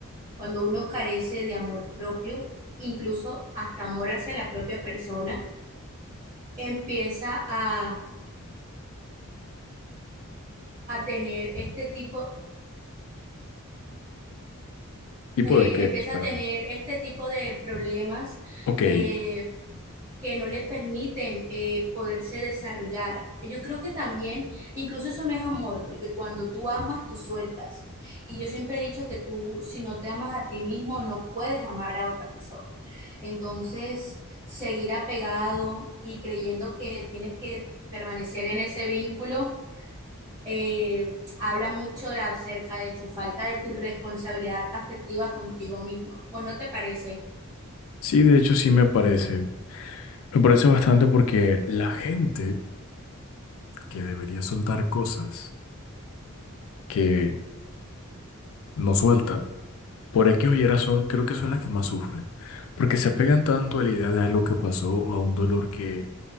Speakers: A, on the right; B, on the left.
A: cuando uno carece de amor propio, incluso hasta amor hacia la propia persona, empieza a, a tener este tipo
B: ¿Tipo
A: eh,
B: de qué?
A: empieza
B: O
A: a tener
B: sea,
A: este tipo de problemas
B: ok.
A: eh, que no le permiten eh, poderse desarrollar. Yo creo que también, incluso eso no es amor, porque cuando tú amas, tú sueltas. Y yo siempre he dicho que tú, si no te amas a ti mismo, no puedes amar a otra persona. Entonces, seguir apegado y creyendo que tienes que permanecer en ese vínculo eh, habla mucho de acerca de tu falta de tu responsabilidad afectiva contigo misma, ¿o no te parece?
B: Sí, de hecho sí me parece. Me parece bastante porque la gente que debería soltar cosas que no suelta, por X o Y razón, creo que son las que más sufren. Porque se apegan tanto a la idea de algo que pasó o a un dolor que